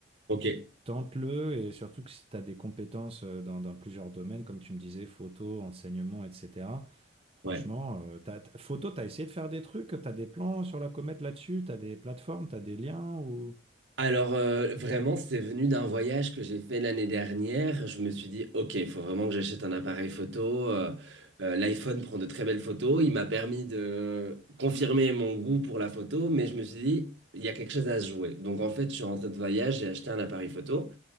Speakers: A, on the right (about 80°); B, on the right (about 30°).
A: ok.
B: Tente-le et surtout que si tu as des compétences euh, dans, dans plusieurs domaines, comme tu me disais, photo, enseignement, etc. Franchement,
A: Ouais.
B: euh, t'as- t'as- photo, tu as essayé de faire des trucs, tu as des plans sur la comète là-dessus, tu as des plateformes, tu as des liens ou...
A: Alors, euh, vraiment, c'est venu d'un voyage que j'ai fait l'année dernière. Je me suis dit, OK, il faut vraiment que j'achète un appareil photo. Euh, euh, l'iPhone prend de très belles photos. Il m'a permis de confirmer mon goût pour la photo, mais je me suis dit, il y a quelque chose à se jouer. Donc, en fait, je suis rentré de voyage, j'ai acheté un appareil photo.